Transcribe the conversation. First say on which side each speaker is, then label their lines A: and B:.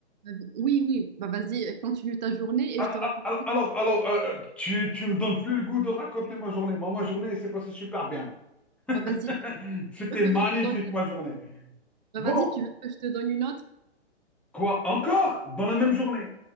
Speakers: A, on the right; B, in the centre.
A: euh, Oui, oui, bah vas-y, continue ta journée
B: Alors,
A: et je te raconte.
B: alors, alors, alors, euh, euh, tu, tu me donnes plus le goût de raconter ma journée. Moi, ma journée, elle s'est passée super bien.
A: Bah vas-y,
B: <laughs>
A: tu
B: C'était
A: veux que
B: magnifique,
A: je te donne...
B: ma journée.
A: bah
B: Bon,
A: vas-y, tu veux que je te donne une autre?
B: quoi, encore dans la même journée.